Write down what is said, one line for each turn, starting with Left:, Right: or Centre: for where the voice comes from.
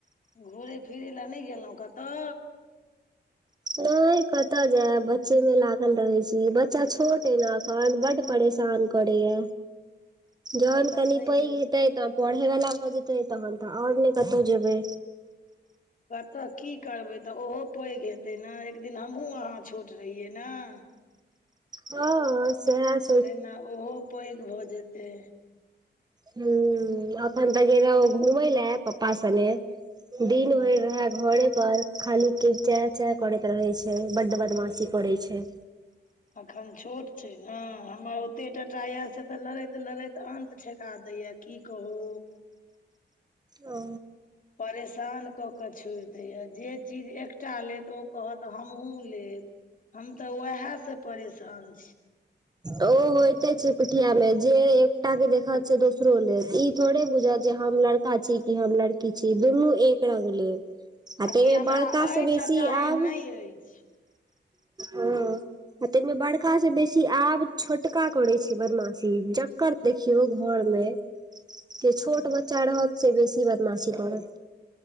Left: घूरै फिरै लेें नै गेलौ कतौ।
Right: नै कतअ जेएब बच्चे मे लागल रहै छी बच्चा छोट ऐ न अखन बड्ड परेशान। करैया जहन
Left: तऽ
Right: कनि
Left: छैहे
Right: पैघ हेतै तब पढ़ै वला भऽ जेतै तहन तऽ और नै कतौ जेबै।
Left: बत की करबै त ओहो पैघ हेतै न एक दिन हमहुं अहाँ छोट रहियै न।
Right: हँ सेह स
Left: तहिना ओहो पैघ भऽ जेतै।
Right: हूँ अखन तऽ गेल ओ घूमै ले पप्पा सने। दिन
Left: ओ
Right: भैर रहे घरे पर। खाली के चे चें करैत रहै छै बड्ड बदमाशी करै छै।
Left: अखन छोट छै ने हमर ओतेटटा या से तऽ लड़ैत लड़ैत अंत ठेका दैया। की कहू।
Right: ओ
Left: परेशान कऽ के छोइर दैए जे चीज एकटा लेत ओ कहत हमहुँ लेब। हम तऽ उहे से परेशान छी।
Right: ओ होइते छै पीठिया मे जे एकटा के देखत दोसरो लेत ई थोड़े बुझत जे हम लड़ का छी की हम लड़की छी दुनू एक रंग लेब। आ तै
Left: कि
Right: मे
Left: हमरा
Right: बड़कासँ
Left: अछि
Right: बेसी
Left: आ चाहे
Right: आब।
Left: नहि अछि
Right: हूँ आ तै मे बड़का से बेसी आब। छोटका करै छै बदमाशी जकर देखियौ घर मे। जे छोट
Left: हँ
Right: बच्चा रहत से बेसी बदमाशी करत।